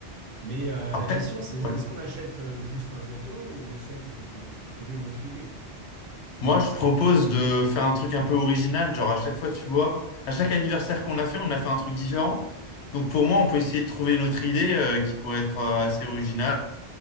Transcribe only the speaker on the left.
Après,
ouais.
Moi, je propose de faire un truc un peu original. Genre, à chaque fois, tu vois, à chaque anniversaire qu'on a fait, on a fait un truc différent. Donc, pour moi, on peut essayer de trouver une autre idée euh, qui pourrait être euh, assez originale.